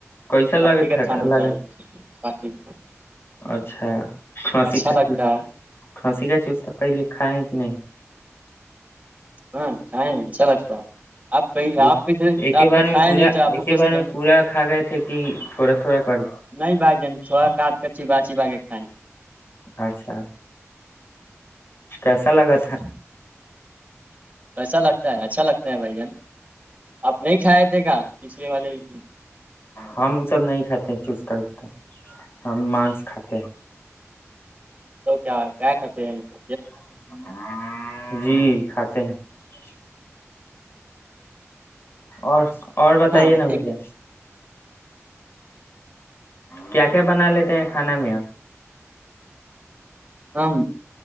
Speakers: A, on the left; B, on the right.
A: کیسا لگا
B: بکری کا
A: تھا
B: تھھان ہوتا
A: لگا
B: ہے
A: اچھا کھانسی
B: اچھا
A: کا
B: لگتا
A: چوس
B: ہے
A: کھانسی کا چوز تو پہلے کھائے کہ نہیں
B: ہاں چاہیںشالکسا آپ کہ
A: پورا-
B: آپ کیے
A: ایک ہی
B: آپ
A: بار میں
B: کھیا
A: پورا
B: نہیں
A: ایک
B: تھ آپ کو
A: ہی
B: کیسے
A: بار میں
B: ل
A: پورا کھا گئے تھے کہ تھوڑا تھوڑا کر
B: نہیں بھائی ج چوڑا کٹ کر چی بچی باغ کھیں
A: اچھا کیسا لگا تھا
B: ایسا لگتا ہے اچھا لگتا ہے بھ ج آپ نہیں کھائے تھے کیا والے
A: ہم وہ سب نہیں کھاتے چستتا وستا ہم مانس کھات
B: تو کیا کیا کات ہیں تو
A: <unintelligible> اور اور بتائیے
B: ہاں
A: نا
B: ایک
A: بھیا کیا کیا بنا لیتے ہیں کھانا میں
B: ہم